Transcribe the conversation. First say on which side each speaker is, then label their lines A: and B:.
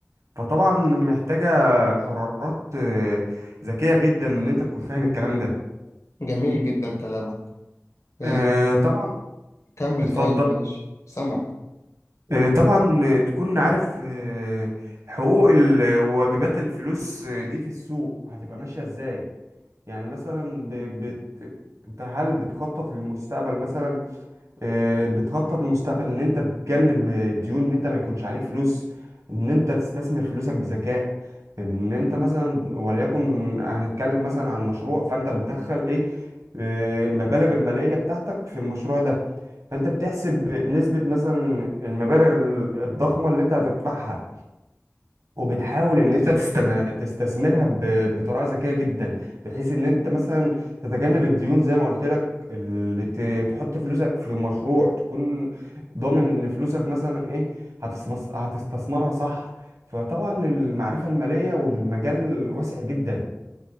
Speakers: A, on the right; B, on the left.
A: فطبعا محتاجة قرارات آه، ذكية جدا ان انت تكون فاهم الكلام ده
B: جميل جدا كلامك إيه،
A: آه، طبعا
B: كمل
A: اتفضل
B: طيب ماشي سمعك
A: آه، طبعا آه، تكون عارف آه، حقوق ال- وواجبات الفلوس آه، دي في السوق هتبقى ماشية ازاي يعني مثلا ب- بت... انت هل بتخطط للمستقبل مثلا آه، بتخطط للمستقبل ان انت تتجنب آه، ديون ان انت ما يكونش عليك فلوس ان انت تستثمر فلوسك بذكاء ان انت مثلا وليكن هنتكلم مثلا عن مشروع فانت بتدخل ايه آه، المبالغ المالية بتاعتك في المشروع ده فانت بتحسب نسبة مثلا المبالغ ال- الضخمة اللي انت هتدفعها وبتحاول ان انت تستم... تستثمرها ب... بطريقة ذكية جدا بحيث ان انت مثلا تتجنب الديون زي ما قلت لك اللي ت... تحط فلوسك في مشروع تكون ضامن ان فلوسك مثلا ايه هتستمس... هتستثمرها صح فطبعا المعرفة المالية والمجال واسع جدا